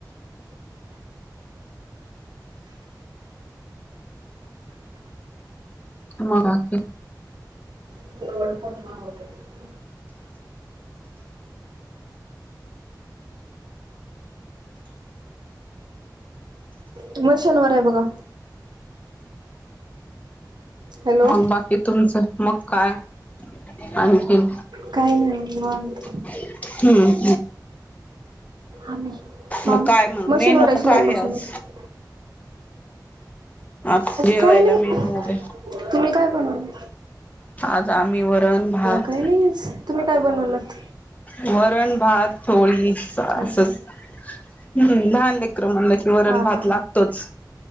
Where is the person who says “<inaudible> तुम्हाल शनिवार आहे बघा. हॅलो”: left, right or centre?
Right